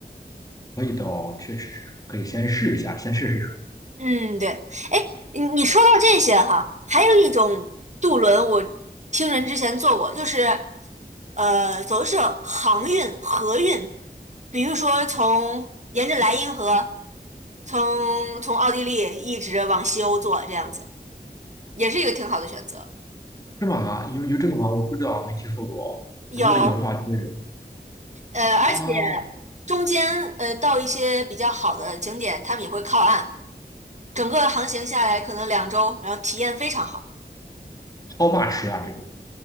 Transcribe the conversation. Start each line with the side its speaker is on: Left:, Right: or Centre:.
Left: 味道确实是可以先试一下，先试试水，
Right: 嗯，对。哎，你你说到这些哈，还有一种渡轮，我听人之前坐过，就是呃，走的是航运、河运，比如说从沿着莱茵河，从从奥地利一直往西欧坐，这样子也是一个挺好的选择。
Left: 是吧？有有这个吗？我不知道，没听说过。
Right: 有，
Left: 如果有的话，就是
Right: 呃，而且
Left: 啊
Right: 中间呃到一些比较好的景点，他们也会靠岸。整个航行下来可能两周，然后体验非常好。
Left: ，how much 啊？这个